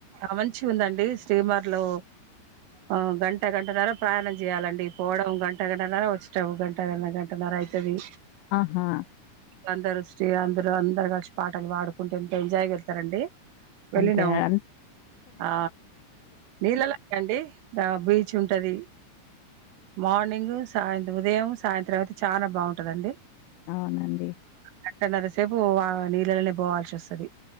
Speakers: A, on the right; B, on the left.
A: ఆ మంచి ఉందండి శ్రీమర్ లో ఆ గంట గంటన్నర ప్రయాణం చేయాలండి పోవడం గంట గంటన్నర వచ్చట గంట గ గంటన్నర ఉంటది
B: ఆహా
A: అందరు వష్టి అందులో అందరు కలిసి పాటలు పాడుకుంటే ఎంత ఎంజాయ్ వెళ్తారండి వెళ్ళినాము
B: అంతే నర్
A: ఆ నీళ్ళలాండి బీచ్ ఉంటది మార్నింగ్ సాయంత్రం ఉదయం సాయంత్రం అయితే చాలా బాగుంటదండి
B: అవునండి
A: గంటన్నరసేపు వా నీళ్ళలోనే పోవాల్సి వస్తది